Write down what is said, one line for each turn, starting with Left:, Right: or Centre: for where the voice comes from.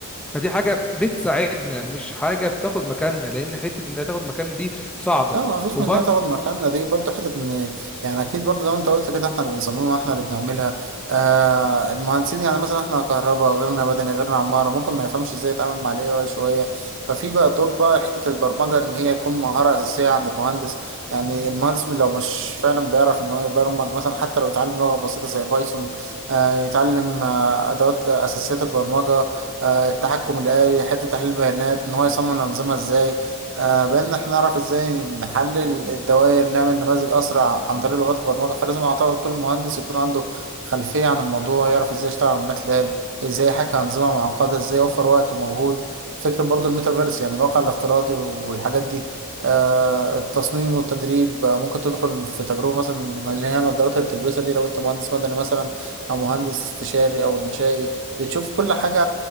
Centre: فدي حاجة بتساعدنا مش حاجة بتاخد مكاننا لان حتة انها تاخد مكاننا دي صعبة
Right: لا ما فيش
Centre: وبرضه
Right: منها تاخد مكاننا دي برضو حتة ان يعني اكيد برضو زي ما انت قلت كده احنا اللي بنصممها احنا اللي بنعملها آه المهندسين يعني مثلا احنا كهرباء غيرنا مدني غيرنا عمارة ممكن ما يفهمش ازاي يتعامل مع الاي اي شوية ففي بقى دور بقى حتة البرمجة ان هي يكون مهارة اساسية عند المهندس يعني المهندس لو مش فعلا بيعرف ان هو يبرمج مثلا حتى لو يتعلم لغة بسيطة زي بايثون آه يتعلم آه ادوات اساسيات البرمجة آه التحكم الآلي حتة تحليل البيانات ان هو يصمم الانظمة ازاي آه، بان احنا نعرف ازاي نحلل الدوائر نعمل نماذج اسرع عن طريق لغات البرمجه فلازم اعتقد كل مهندس يكون عنده خلفيه عن الموضوع يعرف ازاي يشتغل على ماتلاب ازاي يحكي انظمه معقده ازاي يوفر وقت ومجهود فكره برضو الميتافيرس يعني الواقع الافتراضي والحاجات دي آه، التصميم والتدريب آه، ممكن تدخل في تجربه مثلا اللي هي النظارات اللي بتلبسها دي لو انت مهندس مدني مثلا او مهندس استشاري او انشائي بتشوف كل حاجه